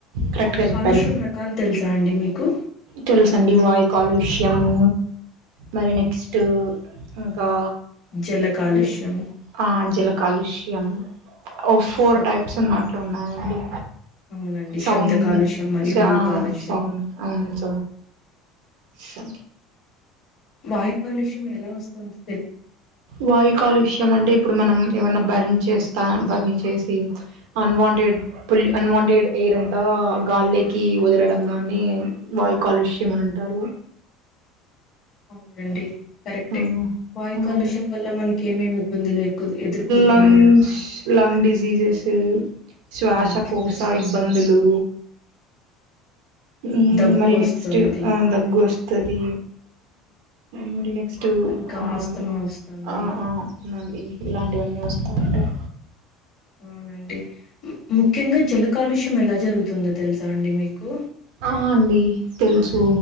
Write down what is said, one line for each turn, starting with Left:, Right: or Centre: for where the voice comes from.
Right: కరెక్ట్గా
Left: కాలుష్యం
Right: చెప్పారు
Left: రకాలు తెలుసా అండి మీకు
Right: తెలుసండి వాయుకాలుష్యము మరి నెక్స్ట్ ఇంకా
Left: జల కాలుష్యం
Right: ద్ అ జల కాలుష్యం ఓ ఫోర్
Left: శబ్ద
Right: టైప్స్ ఉన్నట్లు ఉన్నాయండి
Left: అవునండి
Right: సౌ
Left: శబ్ద కాలుష్యం మరియు
Right: స
Left: భూ
Right: ఆ
Left: కాలుష్యం
Right: సౌండ్ సౌండ్ స
Left: వాయు కాలుష్యం ఎలా వస్తుంది
Right: వాయు కాలుష్యం అంటే ఇప్పుడు మనం ఏమన్నా బర్న్ చేస్తా బర్న్ చేసి అన్వాంటెడ్ పు అన్వాంటెడ్ ఎయిర్ అంతా గాలిలోకి వదలడం దాన్ని వాయు కాలుష్యం అని అంటారు
Left: అవునండి కరెక్టే
Right: అవును
Left: వాయు
Right: అవును
Left: కాలుష్యం వల్ల మనకి ఏమేమి ఇబ్బందులు ఎదుర్కొ ఎదుర్కొంటున్నారండి
Right: లంగ్స్ లంగ్ డిసీజెస్ శ్వాసకోశ
Left: ఆ
Right: ఇబ్బందులు
Left: వ్యాధులు
Right: మ్
Left: దగ్గు
Right: మరి
Left: వస్తుంది
Right: నెక్స్ట్ దగ్గు వస్తది మరి నెక్ నెక్స్టు
Left: ఇంకా
Right: ఆమ్
Left: ఆస్తమా వస్తుంది
Right: ఆ ఆ అవునండి ఇలాంటివన్నీ వస్తూ ఉంటయ్
Left: అవునండి ము- ముఖ్యంగా జల కాలుష్యం ఎలా జరుగుతుందో తెలుసా అండి మీకు
Right: ఆ ఆ అండి తెల్సు